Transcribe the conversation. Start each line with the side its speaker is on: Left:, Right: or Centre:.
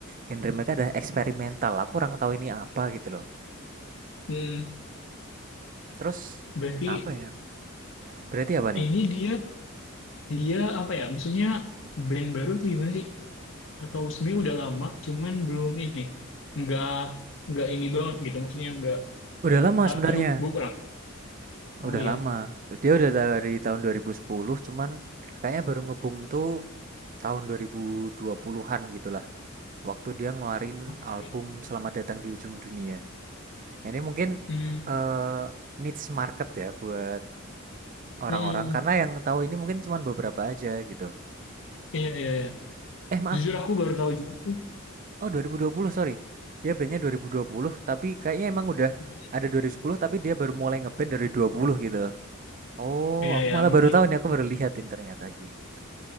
Right: genre mereka ada eksperimental. Aku kurang tahu ini apa gitu loh.
Left: Hmm,
Right: Terus
Left: berarti
Right: apa ya? Berarti apa nih?
Left: ini dia Dia apa ya? Maksudnya band baru tuh gimana sih? Atau sebenarnya udah lama, cuman belum ini. Nggak nggak ini banget gitu. Maksudnya nggak.
Right: Udah lama
Left: a-
Right: sebenarnya.
Left: Aduh, gue kurang. Oh
Right: Udah
Left: iya.
Right: lama. Dia udah dari tahun 2010, cuman kayaknya baru ngebum tuh tahun 2020-an gitulah. Waktu dia ngeluarin
Left: Oke.
Right: album Selamat Datang di Ujung Dunia. Ini mungkin
Left: Hmm,
Right: eh, niche market ya buat orang-orang
Left: hmm.
Right: karena yang tahu ini mungkin cuman beberapa aja gitu.
Left: Iya iya iya.
Right: Eh maaf,
Left: Jujur aku baru tahu juga sih.
Right: oh 2020 sorry. Dia bandnya 2020 tapi kayaknya emang udah
Left: Hmm.
Right: ada 2010 tapi dia baru mulai ngeband dari 20 gitu. Oh,
Left: Iya
Right: aku
Left: iya.
Right: malah baru
Left: Mungkin
Right: tahu nih, aku baru lihatin ternyata gitu.